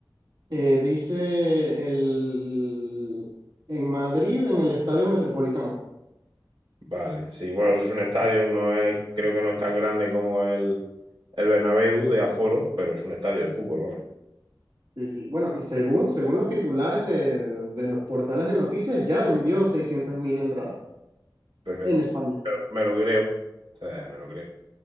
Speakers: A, on the right (about 65°); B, on the right (about 80°).
A: Eh, dice el, en Madrid, en el Estadio Metropolitano.
B: Vale, sí, bueno, eso es un estadio, no es, creo que no es tan grande como el, el Bernabéu de Aforo, pero es un estadio de fútbol, vamos.
A: Sí, sí. Bueno, y según, según los titulares de, de los portales de noticias, ya vendió 600.000 entradas
B: Perfecto.
A: en España.
B: Pero me lo creo. O sea, me lo creo.